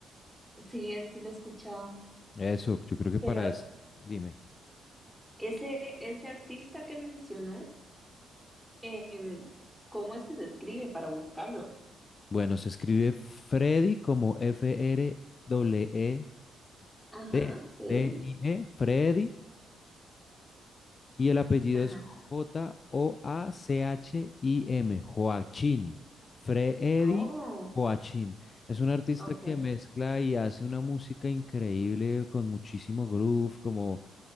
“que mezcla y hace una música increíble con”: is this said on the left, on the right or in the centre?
Left